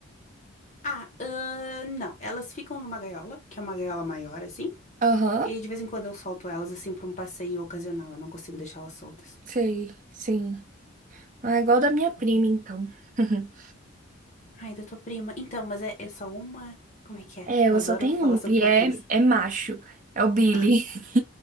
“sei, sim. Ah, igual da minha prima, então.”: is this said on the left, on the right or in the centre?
Right